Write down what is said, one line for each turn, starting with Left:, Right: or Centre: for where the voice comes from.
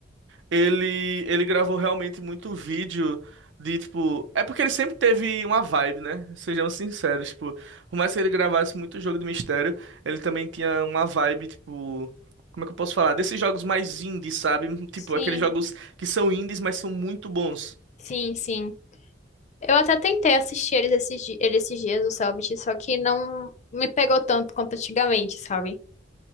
Right: Ele, ele gravou realmente muito vídeo de, tipo. É porque ele sempre teve uma vibe, né? Sejamos sinceros, tipo. Por mais que ele gravasse muito jogo de mistério, ele também tinha uma vibe, tipo. Como é que eu posso falar? Desses jogos mais indies, sabe? Tipo,
Left: Sim,
Right: aqueles jogos que são indies, mas são muito bons.
Left: sim, sim. Eu até tentei assistir eles esses, di- ele esses dias, o Cellbit, só que não me pegou tanto quanto antigamente, sabe?